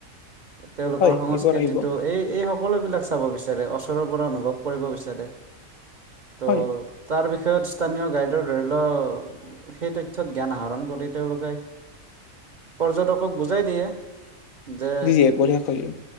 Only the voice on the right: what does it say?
তেওঁলোকৰ
সংস্কৃতিটো
এই এই সকলো বিলাক চাব বিচাৰে, ওচৰৰ পৰা অনুভৱ কৰিব বিচাৰে। ত'
তাৰ বিষয়ত স্থানীয় গাইড ধৰি লও সেই তথ্যত জ্ঞান আহৰণ কৰি তেওঁলোকে পৰ্য্যটকক বুজাই দিয়ে। যে